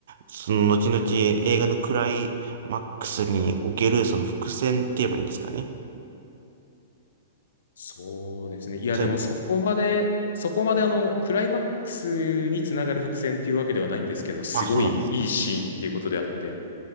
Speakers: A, on the right; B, on the left.
A: その、後々映画のクライマックスにおける、その伏線って言えばいいんですかね。
B: そうですね。いや、
A: それ
B: でもそこまで、そこまであの、クライマックスにつながる伏線っていうわけではないんですけど、すごいいいシーンっていうことであって、
A: あ、そうなんです。